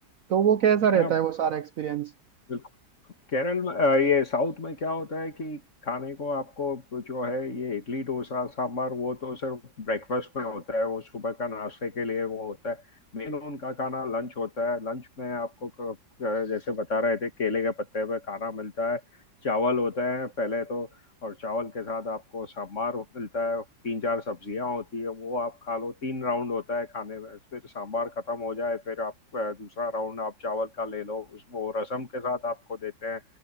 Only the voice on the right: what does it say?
तो वो कैसा रहता
है वो सारा एक्सपीरियंस